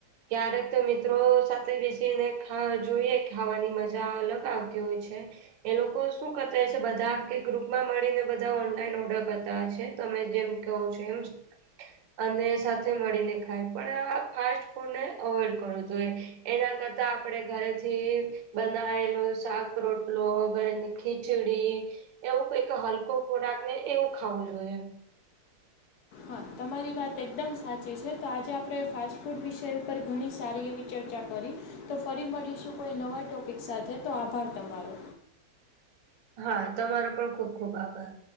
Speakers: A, on the right (about 65°); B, on the left (about 65°).
A: ક્યારેક તો મિત્રો સાથે બેસીને ખા જોઈએ ખાવાની મજા અલગ આવતી હોય છે. એ લોકો શું કરતાય છે, બધા કે ગ્રુપમાં મળીને બધા ઓનલાઈન ઓર્ડર કરતા હોય છે, તમે જેમ કેવો છો એમ, અને સાથે મળીને ખાય, પણ ફાસ્ટ ફૂડને અવોઈડ કરવું હોય, એના કરતા આપડે ઘરેથી બનાવેલું શાક, રોટલો, ઘરેની ખીચડી એવું કઈ હલકો ખોરાક ને એવું ખાવું જોઈએ
B: હા, તમારી વાત એકદમ સાચી છે, આજે આપણે ફાસ્ટ ફૂડ ઉપર ઘણી સારી એવી ચર્ચા કરી. તો ફરી મળીશું, કોઈ નવા ટોપિક સાથે, તો આભાર તમારો.
A: હા, તમારો પણ ખુબ, ખુબ આભાર.